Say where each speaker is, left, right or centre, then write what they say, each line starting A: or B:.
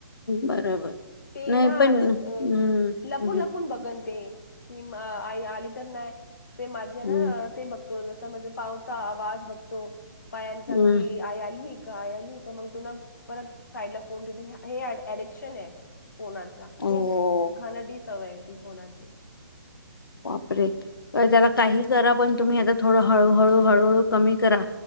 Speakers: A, on the left; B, on the left.
A: बरोबर
B: ते
A: नाही
B: ना
A: पण
B: असं
A: हम्म
B: अ लपून
A: हम्म
B: लपून बघन ते ती आई आली तर नाही ती माझी
A: हम्म
B: ने ते तो जस म्हणजे पावचा आवाज बघतो पायांचा
A: हम्म
B: की आई आली का आई आली का मग तु ना परत साईड ला फोन ठेव हे एडिक्शन आहे. फोनाचा
A: हो
B: खूप घाणेरडि सवय आहे ती फोनाची
A: बापरे! तर त्याला काही करा पण तुम्ही थोडं हळूहळू हळूहळू कमी करा